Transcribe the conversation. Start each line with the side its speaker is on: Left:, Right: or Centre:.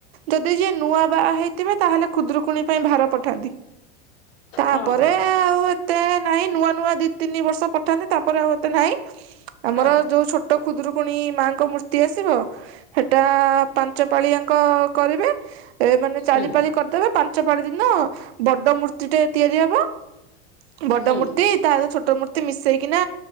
Right: ଯଦି ଯିଏ ନୂଆ ବାହା ହେଇଥିବେ ତାହେଲେ ଖୁଦୁରୁକୁଣି ପାଇଁ ଭାର ପଠାନ୍ତି। ତାପରେ
Left: ହଁ ହଁ
Right: ଆଉ ଏ ଏତେ ନାହିଁ ନୂଆ ନୂଆ ଦି ତିନି ବର୍ଷ ପଠାନ୍ତି ତାପରେ ଆଉ ଏତେ ନାହିଁ। ଆମର
Left: ହଁ
Right: ଯୋଉ ଛୋଟ ଟ ଖୁଦୁରୁକୁଣି ମାଆଙ୍କ ମୂର୍ତ୍ତି ଆସିବ ହେଟା ପାଞ୍ଚ ପାଳିଆଙ୍କ କରିବେ, ଏ ମାନେ ଚାରି
Left: ହୁଁ
Right: ପାଳି କରିଦେବେ ପାଞ୍ଚ ପାଳି ଦିନ ବଡ ମୂର୍ତ୍ତି ଟେ ତିଆରି ହବ ବଡ଼
Left: ହୁଁ
Right: ମୂର୍ତ୍ତି ତା ସହ ଛୋଟ ମୂର୍ତ୍ତି ମିସେଇକିନା